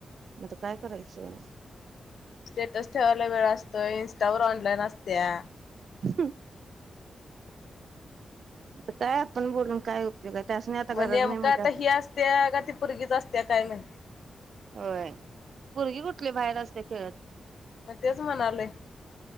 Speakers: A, on the right; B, on the left.
A: मत काय करायचं.
B: स्टेटस ठेवायला वेळ असतोय ई स्टा वर ऑनलाईन आसत्या.
A: हम् आता काय आपण बोलून काय उपयोग आहे त्यासनी आता
B: म
A: गरज
B: नेमक
A: नाही म्हटल्यावर
B: आता ही असत्या का, ती पुर्गीच असत्या काय माहिती.
A: होय पुर्गी कुठ कुठली बाहेर असत्य खेळत.
B: मग तेच म्हणालोय,